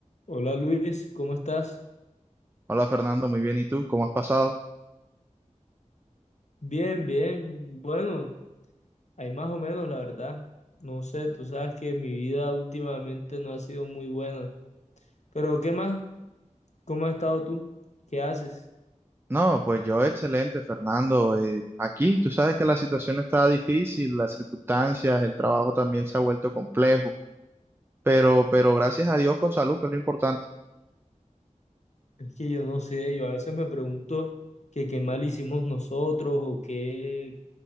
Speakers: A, on the left (about 60°); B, on the right (about 20°).
A: Hola Luis, ¿cómo estás?
B: Hola Fernando, muy bien. ¿Y tú? ¿Cómo has pasado?
A: Bien, bien. Bueno, hay más o menos, la verdad. No sé, tú sabes que mi vida últimamente no ha sido muy buena. Pero ¿qué más? ¿Cómo has estado tú? ¿Qué haces?
B: No, pues yo excelente, Fernando. eh, aquí tú sabes que la situación está difícil, las circunstancias, el trabajo también se ha vuelto complejo, pero, pero gracias a Dios con salud, que es lo importante.
A: Es que yo no sé, yo a veces me pregunto que qué mal hicimos nosotros o qué,